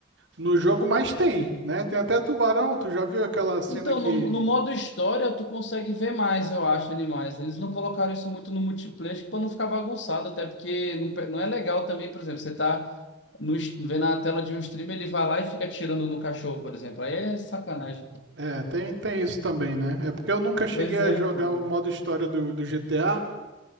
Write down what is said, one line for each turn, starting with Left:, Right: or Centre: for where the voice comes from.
Right: No jogo mais tem, né? Tem até tubarão, tu já viu aquela cena
Left: Então,
Right: que.
Left: no, no modo história, tu consegue ver mais, eu acho, animais. Eles não colocaram isso muito no multiplayer, acho que pra não ficar bagunçado, até porque não, pe- não é legal também, por exemplo, você tá no, es- vendo a tela de um streamer, ele vai lá e fica atirando no cachorro, por exemplo. Aí é sacanagem, pô.
Right: É, tem, tem isso também, né? É porque eu nunca cheguei
Left: Pois
Right: a
Left: é,
Right: jogar
Left: pô.
Right: o modo história do, do GTA,